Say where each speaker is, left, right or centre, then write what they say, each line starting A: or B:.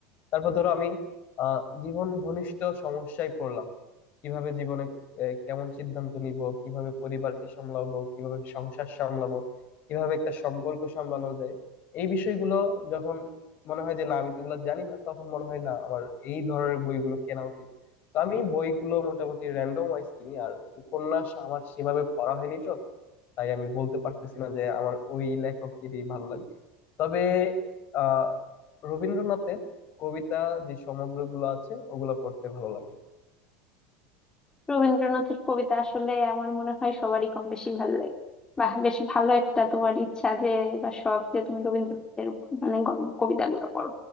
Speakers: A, on the left; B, on the left.
A: তারপর ধরো আমি আহ জীবন ঘনিষ্ঠ সমস্যায় পড়লাম কিভাবে জীবনে আহ, কেমন সিদ্ধান্ত নিব কিভাবে পরিবারকে সামলাবো কিভাবে সংসার সামলাবো কিভাবে একটা সম্পর্ক সামলানো যায় এই বিষয়গুলো যখন মনে হয় যে না আমি তো এগুলো জানি না তখন মনে হয় না আমার এই ধরনের বইগুলো কেনা উচিত তো আমি বইগুলো মোটামুটি র্যান্ডম ওয়াইজ কিনি আর উপন্যাস আমার সেভাবে পড়া হয়নি তো তাই আমি বলতে পারতেছি না যে আমার ওই লেখকেরই ভালো লাগে তবে আহ রবীন্দ্রনাথের কবিতা যে সমগ্রগুলো আছে ওগুলা পড়তে ভালো লাগে
B: রবীন্দ্রনাথের কবিতা আসলে আমার মনে হয় সবারই কম বেশি ভালো লাগে বাহ বেশ ভালো একটা তোমার ইচ্ছা যে বা শখ যে তুমি রবীন্দ্রনাথের মানে গ- কবিতাগুলো পড়ো